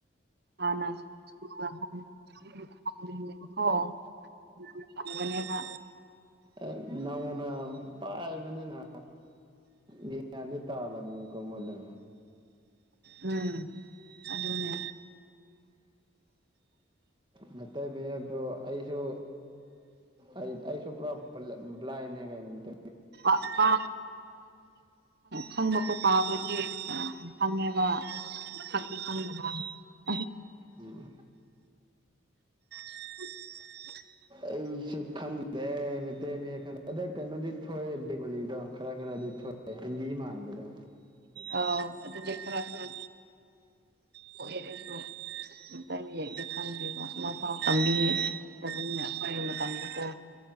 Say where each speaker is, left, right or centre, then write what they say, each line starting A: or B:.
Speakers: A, on the right; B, on the right.
A: <unintelligible> ꯇꯧꯕꯅꯦꯕ
B: ꯑꯦ ꯅꯧꯅ ꯄꯥꯏ ꯕꯅꯤꯅ ꯒ꯭ꯌꯥꯟꯗꯤ ꯇꯥꯔꯝꯃꯣꯏꯀꯣ ꯃꯣꯏꯗꯣ
A: ꯎꯝ ꯑꯗꯨꯅꯤ
B: ꯃꯩꯇꯩ ꯃꯌꯦꯛꯇꯨ ꯑꯩꯁꯨ ꯑꯩ ꯑꯩꯁꯨ ꯄꯨꯔꯥ ꯕ꯭ꯂꯥꯏꯅꯦ ꯀꯩꯅꯣꯝꯇ
A: ꯄꯥ ꯄꯥ ꯈꯪꯕꯀꯣ ꯄꯥꯕꯗꯤ ꯈꯪꯉꯦꯕ <unintelligible>
B: ꯎꯝ
A: <unintelligible>
B: ꯑꯩꯁꯨ ꯈꯪꯗ꯭ꯔꯦ ꯃꯩꯇꯩ ꯃꯌꯦꯛ ꯑꯗꯣ ꯀꯩꯅꯣꯗꯤ ꯊꯣꯛꯑꯦ ꯕꯦꯡꯃꯣꯂꯤꯗꯣ ꯈꯔ ꯈꯔꯗꯤ ꯊꯣꯛꯑꯦ ꯍꯤꯟꯗꯤ ꯃꯥꯟꯕꯗꯣ
A: ꯑ ꯑꯗꯨꯗꯤ ꯈꯔ ꯈꯔ ꯊꯣꯛꯑꯦ ꯑꯩꯁꯨ ꯌꯦꯡꯕꯗ ꯈꯪꯗꯦꯕ ꯃ ꯄꯥꯎ ꯇꯝꯕꯤ ꯑꯩꯈꯣꯏꯒꯤ ꯃꯇꯝꯗꯀꯣ